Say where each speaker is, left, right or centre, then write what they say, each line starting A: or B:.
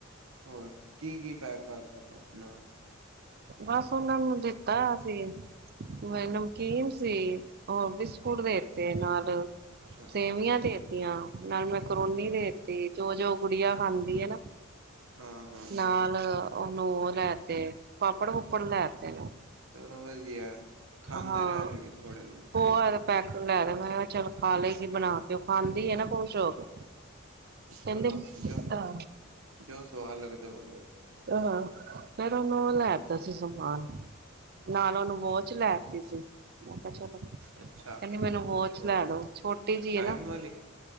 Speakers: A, on the right; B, on the right.
A: ਹੋਰ ਕੀ, ਕੀ ਪੈਕ ਕਾਰਤਾ ਫੇਰ ਨਾਲ
B: ਬਾੱਸ ਓਨਾਂ ਨੂੰ ਦਿੱਤਾ ਸੀ, ਮੈਂ ਨਮਕੀਨ ਸੀ। ਹੋਰ ਬਿਸਕੁਟ ਦੇਤੇ, ਨਾਲ
A: ਅੱਛਾ
B: ਸੇਵੀਆਂ ਦੇਤੀ ਯਾ ਨਾਲ ਮੈਕਰੋਨੀ ਦੇਤੀ, ਜੋ, ਜੋ ਗੁੜੀਆ ਖਾਂਦੀ ਏ ਨਾ
A: ਹਾਂ ਹਾਂ
B: ਨਾਲ ਓਨੂੰ ਲੈਤੇ ਪਾਪੜ, ਪੁੱਪੜ ਲੈਤੇ ਨੇ।
A: ਚਲੋ ਵਧੀਆ ਖਾਂਦੇ
B: ਹਾਂ,
A: ਰਹਿਣਗੇ ਥੋੜੇ ਦਿਨ
B: ਹੋਰ ਪੈਕ ਲੈਤੇ, ਮੈਂ ਕੇਆ ਚਲੋ ਖਾਲੇਗੀ ਬਨਾਕੇ। ਖਾਂਦੀ ਏ ਨਾ ਖੋਸ਼ ਹੋਕੇ, ਕੈਂਦੇ
A: ਚਲੋ
B: ਅ
A: ਜੋ ਜੋ ਸਵਾਦ ਲੱਗਦਾ, ਓ ਲਯਾਈ ਦਾ।
B: ਆਹ, ਫੇਰ ਓਨੂੰ ਓ ਲੈਤਾ ਸੀ ਸਮਾਨ ਨਾਲ ਓਨੂੰ ਵੋਚ ਲੈਤੀ ਸੀ। ਮੈਂ ਕੇਆ ਚਲੋ
A: ਅੱਛਾ
B: ਕੈਂਦੀ ਮੈਨੂੰ ਵੋਚ ਲੈਦੋ,
A: ਉਹ
B: ਛੋਟੀ ਜੀ
A: ਟਾਈਮ
B: ਏ ਨਾ
A: ਵਾਲੀ